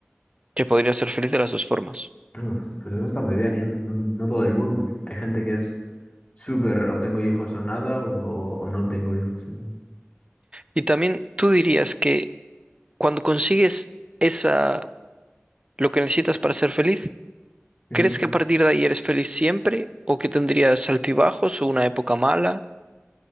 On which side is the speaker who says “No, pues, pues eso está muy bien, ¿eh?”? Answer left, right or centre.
Left